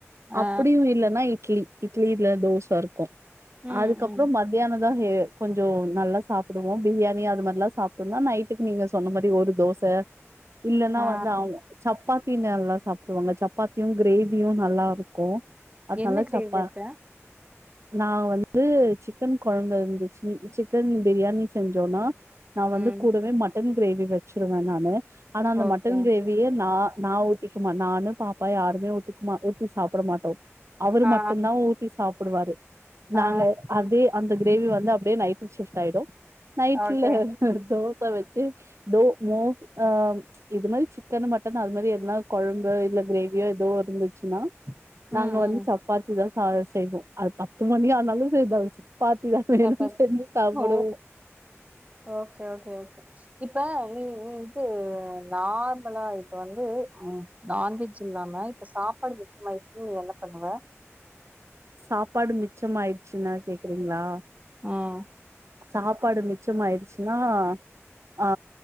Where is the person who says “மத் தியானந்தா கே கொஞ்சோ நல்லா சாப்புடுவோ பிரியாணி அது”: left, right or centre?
Right